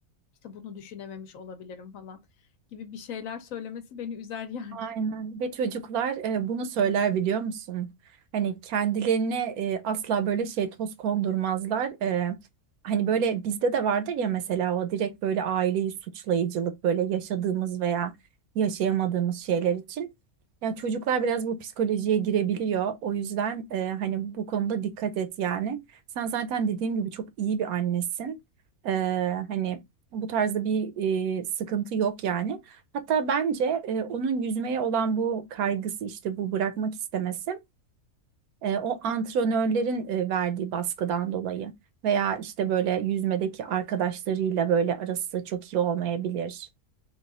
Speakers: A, on the left (about 70°); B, on the right (about 80°).
A: işte bunu düşünememiş olabilirim falan gibi bir şeyler söylemesi beni üzer yani.
B: Aynen. Ve çocuklar e, bunu söyler biliyor musun? Hani kendilerine e, asla böyle şey toz kondurmazlar. E, hani böyle bizde de vardır ya mesela o direkt böyle aileyi suçlayıcılık böyle yaşadığımız veya yaşayamadığımız şeyler için. Ya çocuklar biraz bu psikolojiye girebiliyor. O yüzden e, hani bu konuda dikkat et yani. Sen zaten dediğim gibi çok iyi bir annesin. E, hani bu tarzda bir e, sıkıntı yok yani. Hatta bence e, onun yüzmeye olan bu kaygısı işte bu bırakmak istemesi e, o antrenörlerin e, verdiği baskıdan dolayı veya işte böyle yüzmedeki arkadaşlarıyla böyle arası çok iyi olmayabilir.